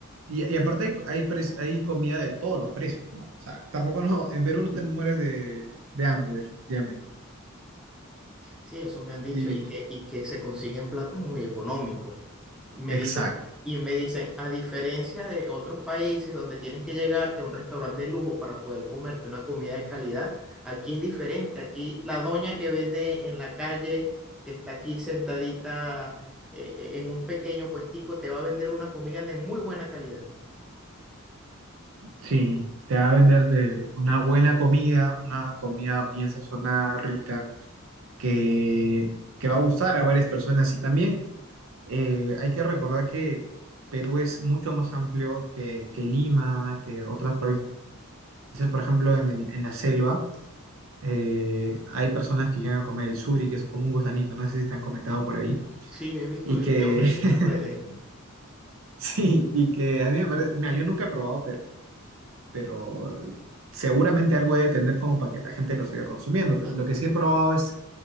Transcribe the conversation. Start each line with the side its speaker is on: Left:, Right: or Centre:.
Right: y, y aparte hay, hay, pre- hay comida de todos los precios, ¿no? O sea, tampoco no, en Perú no te mueres de, de hambre, definitivamente.
Centre: Sí, eso me han dicho
Right: Y,
Centre: y que, y que se consiguen platos muy económicos. Me
Right: exacto,
Centre: dicen, y me dicen, a diferencia de otros países donde tienes que llegarte a un restaurante de lujo para poder comerte una comida de calidad, aquí es diferente. Aquí la doña que vende en la calle, que está aquí sentadita eh, eh, en un pequeño puestico, te va a vender una comida de muy buena calidad.
Right: sí, te va a vender de una buena comida, una comida bien sazonada, rica, que, que va a gustar a varias personas. Y también eh, hay que recordar que Perú es mucho más amplio que, que Lima, que otras provincias, por ejemplo, en el- en la selva eh, hay personas que llegan a comer el suri, que es como un gusanito, no sé si te han comentado por ahí,
Centre: Sí, he visto
Right: y
Centre: videos
Right: que
Centre: en,
Right: <laughs>
Centre: en las redes.
Right: sí, y que a mí me parece, mira, yo nunca he probado, pero, pero seguramente algo debe tener como para que la gente lo siga consumiendo, pero lo que sí he probado es